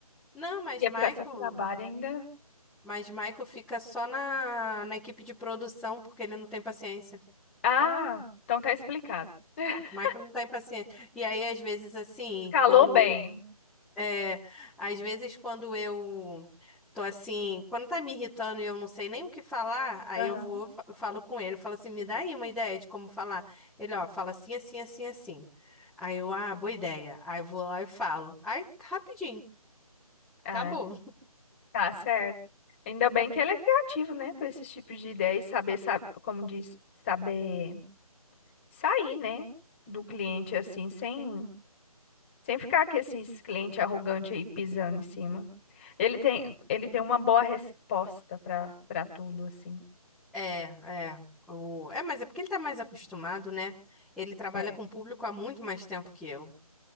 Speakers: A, in the centre; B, on the left (about 20°).
A: Não, mas
B: Ia
A: Maico,
B: ficar sem trabalho ainda.
A: mas Maico fica só na, na equipe de produção porque ele não tem paciência.
B: Ah, então tá explicado. <laughs>
A: Maico não tem paciência. E aí, às vezes, assim,
B: Calou
A: quando
B: bem.
A: É, às vezes quando eu tô assim, quando tá me irritando e eu não sei nem o que falar, aí
B: Aham.
A: eu vou, fa- eu falo com ele, eu falo assim, me dá aí uma ideia de como falar. Ele, ó, fala assim, assim, assim, assim. Aí eu, ah, boa ideia. Aí eu vou lá e falo. Aí, rapidinho,
B: Ah,
A: acabou.
B: tá certo. Ainda bem que ele é criativo, né? Para esses tipos de ideias, saber, sa- como diz, saber sair, né? Do cliente assim, sem, sem ficar com esses clientes arrogantes aí pisando em cima. Ele tem, ele tem uma boa resposta para para tudo, assim.
A: É, é. O... É, mas é porque ele tá mais acostumado, né? Ele trabalha
B: É.
A: com o público há muito mais tempo que eu.